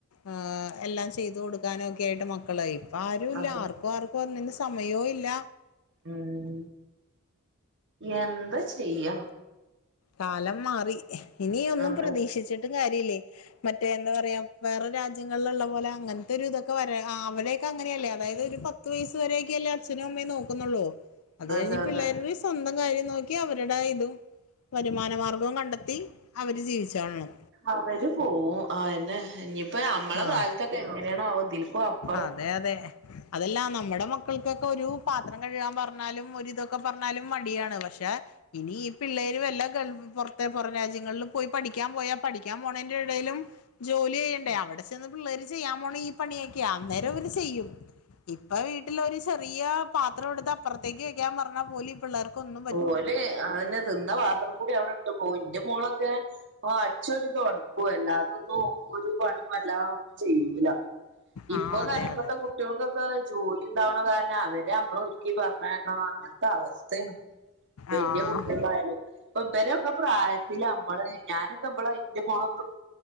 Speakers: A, on the left (about 80°); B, on the right (about 55°).
A: ഏഹ് എല്ലാം ചെയ്ത് കൊട് ക്കാനൊക്കെയായിട്ടു മക്കളൈ ഇപ്പാരൂല്ല
B: അതെ
A: ആർക്കു ആർക്കൊന്നിനു സമയോല്ല.
B: ഉം എന്താ ചെയ്യാ?
A: കാലം മാറി ഇനിയൊന്നും
B: അതെ
A: പ്രതീക്ഷിച്ചിട്ട് കാര്യല്ലേയ് മറ്റേ എന്താ പറയാ വേറെ രാജ്യങ്ങളില്ള്ള പോലെ അങ്ങൻത്തൊരു ഇതൊക്കെ വരാ ആ അവരേയ്ക്കങ്ങനെയല്ലേ അതായത് ര് പ പത്ത് വയസ് വരെയൊക്കെയഅല്ലേ അച്ഛനും അമ്മേ നോക്കുന്നുള്ളൂ അത് കഴിഞ്ഞ്
B: അതെ
A: പിള്ളേര്
B: അതെ
A: സ്വന്തം കാര്യം നോക്കി അവരുട ഇത് വരുമാനമാർഗ്ഗോം കണ്ടെത്തി അവര് ജീവിച്ചോളണം.
B: അവര് പോവും ആ എന്നെ ഇനിയിപ്പോ അമ്മളെ
A: ആഹ്
B: കാലത്തൊക്കെ എങ്ങനെണാവോ ഇതിൽക്കപ്പോ
A: അതെ യതെ അതല്ല നമ്മടെ മക്കൾക്കൊക്കെരു പാത്രം കഴ്കാൻ പർഞ്ഞാലും ഒരിതൊക്കെ പർഞ്ഞാലും മടിയാണ് പക്ഷെ ഇനി ഈ പിള്ളേര് വല്ല ഗൾഫ് പൊർത്ത് പൊറ രാജ്യങ്ങളില് പോയി പഠിക്കാൻ പോയാ പഠിക്കാൻ പോണൻ്റെടെയിലും ജോലി യ്യെണ്ടേ അവടെ ചെന്ന് പിള്ളേര് ചെയ്യാൻ പോണെ ഈ പണിയൊക്ക്യാ അന്നേരം അവര് ചെയ്യും. ഇപ്പൊ വീട്ടിലൊരു ചെറിയ പാത്രട്ത്ത് അപ്പർത്തേക്ക് വെക്കാൻ പർഞ്ഞാ പോലും പിള്ളാർക്കൊന്നും
B: ഓല് ആന്നെ തിന്ന പാ ത്രം കൂടി അവടെ ട്ട് പോവും ഇന്റെ മോളൊക്കെ ആ അടിച്ചേരി തൊടക്കും അല്ലാതൊന്നും ഒരു പണിം ഉം വല്ലാ ഒന്നും ചെയ്യൂല ഇപ്പൊന്നർഞ്ഞ
A: ആ അതെ
B: ഇപ്പത്തെ
A: അതെ
B: കുട്ട്യെൾക്കൊക്കെ ജോ ലിണ്ടാവണ കാരണം അവരെ അമ്മളൊരുക്കി പറഞ്ഞേക്കണം അങ്ങൻത്തെ അവസ്ഥെണ്. വെല്ല്യെ
A: ആ
B: കുട്ട്യെളായാല് ഇബരൊക്കെ പ്രായത്തില് അമ്മള് ഞാനൊക്കെ ഇബളെ ഇന്റെ മോ <unintelligible>